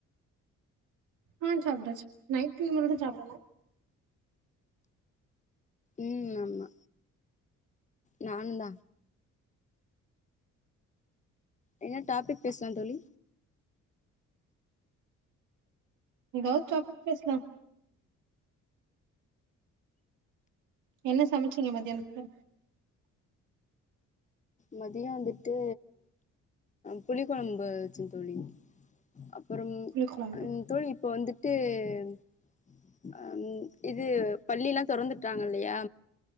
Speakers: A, on the right; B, on the left.
A: ஆ சாப்ட்டாச்சு நைட்டு சாப்டல
B: உ ஆமா நானு தா என்ன டாபிக் பேசலா தோழி
A: ஏதாவது டாபிக் பேசலா என்ன சமச்சீங்க மதியானத்துகு
B: மதியோ வந்துட்டு புளி கொழம்பு வச்சே தோழி அப்றம்
A: புளிக்கொழம்பு
B: தோழி இப்போ வந்துட் இது இது பள்ளி எல்லா திறந்துட்டாங்க இல்லையா